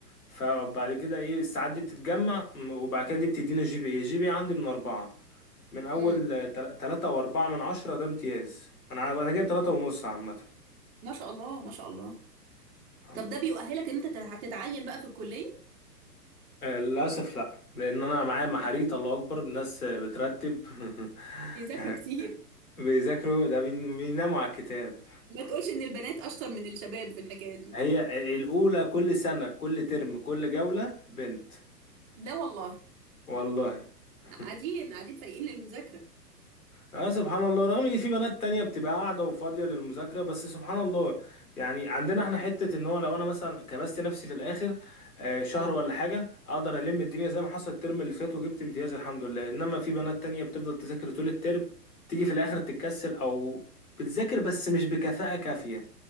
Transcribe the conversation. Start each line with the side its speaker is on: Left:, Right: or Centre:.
Left: فبعد كده ايه الساعات دي بتتجمع م- وبعد كده دي بتدينا جي بي اي جي بي إيه عندي من أربعة من أول
Right: امم
Left: آه، تل- تلاتة وأربعة من عشرة ده امتياز أنا أنا جايب تلاتة ونص عامة
Right: ما شاء الله ما شاء الله
Left: الحمد
Right: طب ده
Left: لله
Right: بيؤهلك ان انت تتع- تتعين بقى في الكليه
Left: آه، للأسف لا لأن أنا معايا محاريت الله أكبر الناس آه، بترتب <laughs>
Right: بيذاكروا كتير
Left: بيذاكروا ده بين- بيناموا على الكتاب
Right: ما تقولش ان البنات اشطر من الشباب في الحكايه دي
Left: هي الأولى كل سنة كل ترم كل جولة بنت
Right: لا والله
Left: والله <laughs>
Right: قاعدين قاعدين فايقين للمذاكره
Left: اه سبحان الله رغم ان في بنات تانية بتبقى قاعدة وفاضية للمذاكرة بس سبحان الله يعني عندنا احنا حتة ان هو لو انا مثلا كبست نفسي في الاخر آه، شهر
Right: اه
Left: ولا حاجة اقدر الم الدنيا زي ما حصل الترم اللي فات وجبت امتياز الحمد لله انما في بنات تانية بتفضل تذاكر طول الترم تيجي في الاخر تتكسل او بتذاكر بس مش بكفاءة كافية